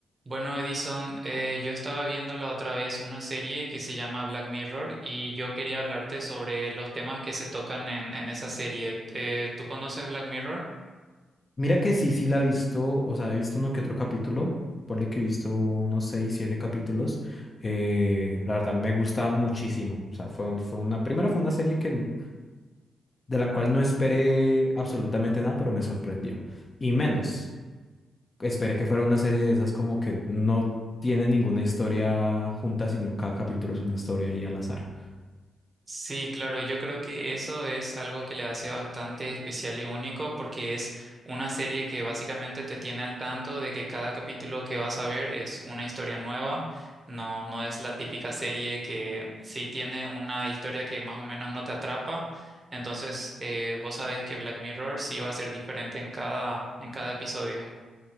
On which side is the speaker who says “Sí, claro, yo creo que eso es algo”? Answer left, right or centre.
Right